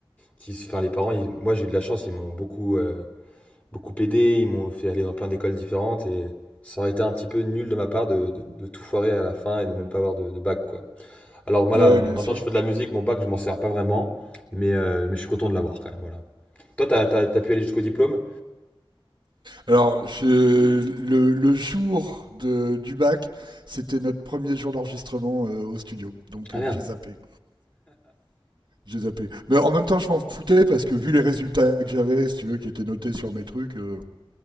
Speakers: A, on the left; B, on the right.
A: qui, enfin, les parents, ils- moi, j'ai eu de la chance. Ils m'ont beaucoup, euh, beaucoup aidé. Ils m'ont fait aller dans plein d'écoles différentes et ça aurait été un petit peu nul de ma part de, de- de tout foirer à la fin et de même pas avoir de, de bac, quoi. Alors voilà,
B: Ouais,
A: maintenant
B: bien sûr.
A: je fais de la musique, mon bac, je m'en sers pas vraiment, mais, euh, mais je suis content de l'avoir quand même. Voilà. Toi, t'as, t'as- t'as pu aller jusqu'au diplôme
B: Alors, je, le, le jour de, du bac, c'était notre premier jour d'enregistrement euh, au studio, donc
A: Ah
B: euh,
A: merde.
B: j'ai zappé. J'ai zappé. Mais en même temps, je m'en foutais parce que vu les résultats que j'avais, si tu veux, qui étaient notés sur mes trucs, euh,